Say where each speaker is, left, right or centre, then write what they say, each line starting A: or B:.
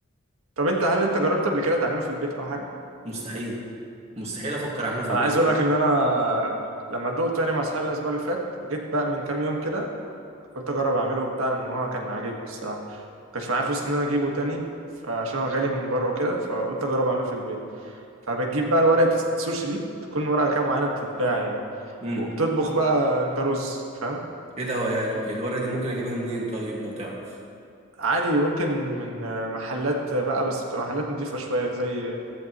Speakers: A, on the right; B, on the right.
A: طب انت هل انت جربت قبل كده تعمله في البيت او حاجة؟
B: مستحيل مستحيل افكر اعمله في
A: انا
B: البيت
A: عايز اقول لك ان انا لما دقته يعني مع اصحابي الاسبوع اللي فات جيت بقى من كام يوم كده قلت اجرب اعمله وبتاع لان هو كان عاجبني الصراحه مكانش معايا فلوس ان انا اجيبه تاني فعشان هو غالي من بره وكده فقلت اجرب اعمله في البيت فبتجيب بقى ورقه السوشي دي تكون ورقه كام معينه بتتباع يعني
B: امم
A: وبتطبخ بقى انت رز فاهم
B: ايه ده يا الو- الورقه دي ممكن اجيبها منين طيب لو تعرف
A: عادي ممكن من محلات بقى بس بتبقى محلات نضيفة شوية زي